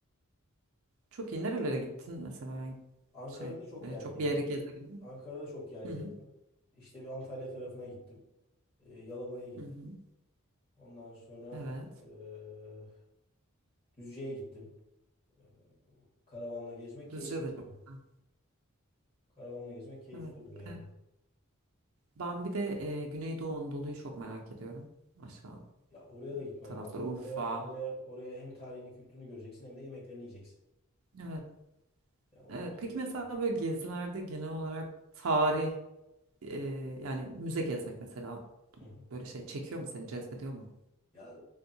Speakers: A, on the right; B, on the left.
A: Çok iyi. Nerelere gittin mesela? Yani
B: Ankara'da
A: Şey,
B: çok
A: e,
B: yer
A: çok
B: gezdim.
A: bir yere gezebildin mi?
B: Ankara'da çok yer gezdim.
A: Hı hı.
B: İşte bir Antalya tarafına gittim. Ee, Yalova'ya gittim.
A: Hı hı.
B: Ondan sonra
A: Evet.
B: eee Düzce'ye gittim. Ee, karavanla gezmek keyifli
A: Düzce de
B: oluyor.
A: çok güzel.
B: Karavanla gezmek keyifli
A: Evet.
B: oluyor yani.
A: E, Ben bir de e, Güneydoğu Anadolu'yu çok merak ediyorum. Aşağı
B: Ya oraya da gitmen
A: tarafları
B: lazım.
A: Urfa.
B: Oraya oraya oraya hem tarihini, kültürünü göreceksin hem de yemeklerini yiyeceksin.
A: Evet.
B: Yani oranın
A: Evet. Peki
B: şeyi başka.
A: mesela böyle gezilerde genel olarak tarih e, yani müze gezmek mesela
B: Hı hı.
A: böyle şey çekiyor mu seni cezbediyor mu?
B: Ya